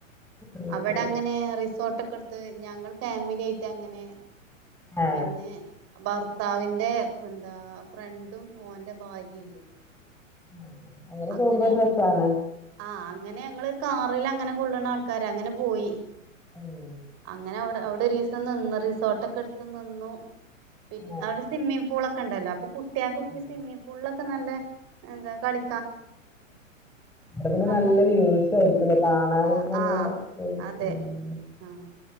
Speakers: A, in the centre; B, on the right (about 35°).
A: അത്
B: അവിടെ
A: ശരി
B: അങ്ങനെ റിസോർട്ട്ക്കെ എ ഞങ്ങൾ ഫാമിലിയായിട്ട് അങ്ങനെ
A: ആ
B: പിന്നെ ഭർ ഭർത്താവിൻറെ എന്താ ഫ്രണ്ടും ഓന്റെ ഭാര്യയിം ഇണ്ടായീനി
A: <inaudible>
B: അങ്ങനെ
A: പോകുമ്പോ ഒരു രസാണ്
B: ആ അങ്ങനെ ഞങ്ങളൊരു കാ റീല് അങ്ങനെ കൊള്ളണ ആൾക്കാര് അങ്ങനെ പോയി
A: ഉം
B: അങ്ങനെ അവിട് അവിടെ ഒരീസം നിന്നു റിസോട്ടൊക്കെ എടുത്തുനിന്നു പിന്
A: ആ
B: അവിടെ സ്വിമ്മിംഗ് പൂളൊക്ക് ക്കണ്ടല്ലോ അപ്പൊ കുട്ടിയാൾക്
A: ഉം.
B: ഈ സ്വിമ്മിപൂളിലൊക്കെ നല്ല എന്താ കളി
A: അപ്പോതിന്
B: നമ്മുക്കും
A: നല്ല വ്യൂസ് ആയിരിക്കൂല്ലേ കാണാനൊക്കെ
B: ആഹ്
A: നല്ല
B: ആഹ്
A: മൂ മൂ
B: അതെ ആഹ്